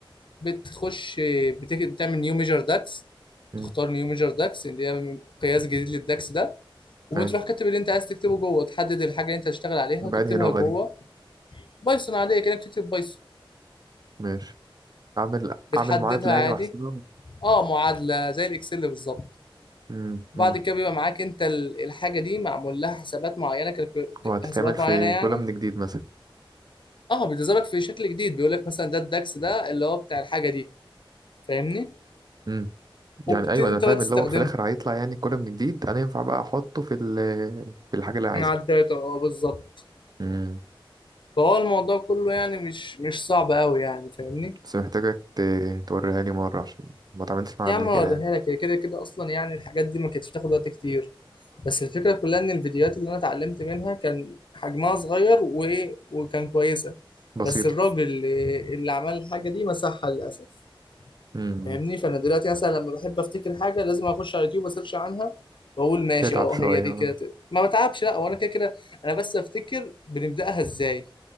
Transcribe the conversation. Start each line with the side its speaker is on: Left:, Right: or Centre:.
Left: بتخش بتك... بتعمل نيو ميجر داكس
Right: أمم.
Left: تختار نيو ميجر داكس اللي هي قياس جديد للداكس ده وبتروح
Right: أيوة
Left: كاتب اللي انت عايز تكتبه جوه تحدد الحاجه اللي انت هتشتغل عليها
Right: بأنهي
Left: وتكتبها
Right: لغة
Left: جوه
Right: دي
Left: بايثون عاديه كانك بتكتب بايثون
Right: ماشي أعمل
Left: بتحددها
Right: أعمل معادلة
Left: عادي
Right: يعني وأحسبها
Left: اه معادله زي الاكسل بالظبط
Right: مم.
Left: وبعد
Right: مم.
Left: كده بيبقى معاك انت ال- الحاجه دي معمول لها حسابات معينه كالكو- ك-
Right: وهتتعمل
Left: حسابات
Right: في
Left: معينه يعني
Right: كولا من جديد مثلا
Left: اه بتظهرك في شكل جديد بيقول لك مثلا ده الداكس ده اللي هو بتاع الحاجه دي فاهمني
Right: امم
Left: وبتبتدي
Right: يعني ايوه انا
Left: انت
Right: فاهم
Left: بقى تستخدمها
Right: اللي هو في الاخر هيطلع يعني كولا من جديد انا ينفع بقى احطه في ال في الحاجه اللي عايزها
Left: مع الداتا اه بالظبط
Right: امم
Left: فهو الموضوع كله يعني مش مش صعب قوي يعني فاهمني
Right: بس محتاجك ت- توريها لي مره عشان ما اتعاملتش معاها
Left: يا
Right: قبل
Left: عم
Right: كده
Left: اوريها
Right: يعني
Left: لك هي كده كده اصلا يعني الحاجات دي ما كانتش بتاخد وقت كتير بس الفكره كلها ان الفيديوهات اللي انا اتعلمت منها كان حجمها صغير وايه وكان كويسه
Right: بسيطه
Left: بس الراجل اللي اللي عمل الحاجه دي مسحها للاسف
Right: امم
Left: فاهمني فانا دلوقتي مثلا لما بحب افتكر حاجه لازم اخش على اليوتيوب اسيرش عنها واقول ماشي
Right: تتعب
Left: اه
Right: شويه
Left: هي دي
Right: آه.
Left: كده ت- ما بتعبش لا وانا كده كده انا بس افتكر بنبداها ازاي